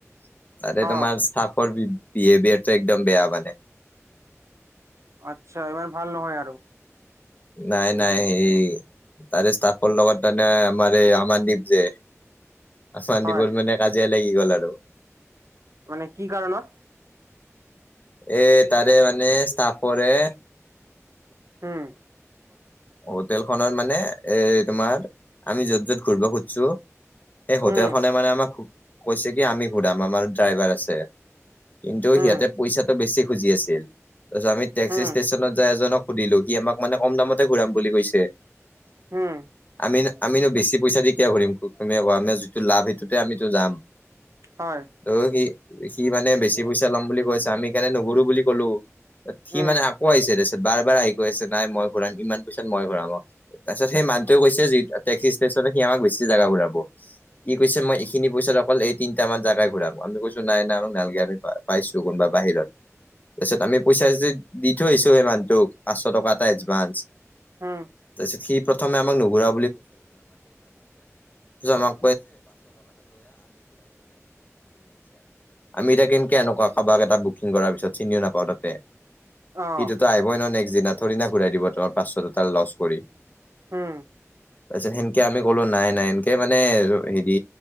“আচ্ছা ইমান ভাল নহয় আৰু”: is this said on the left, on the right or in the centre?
Right